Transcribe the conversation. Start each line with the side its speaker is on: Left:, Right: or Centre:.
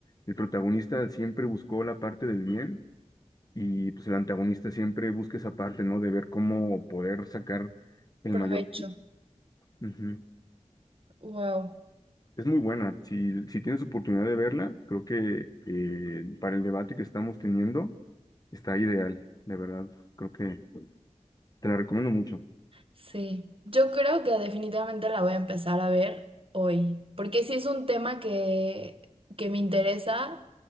Left: El protagonista siempre buscó la parte del bien y pues el antagonista siempre busca esa parte, ¿no? De ver cómo poder sacar el
Right: Provecho.
Left: mayor... Ujú.
Right: Wow.
Left: Es muy buena. Si, si tienes oportunidad de verla, creo que eh, para el debate que estamos teniendo está ideal, de verdad. Creo que te la recomiendo mucho.
Right: Sí. Yo creo que definitivamente la voy a empezar a ver hoy, porque sí es un tema que, que me interesa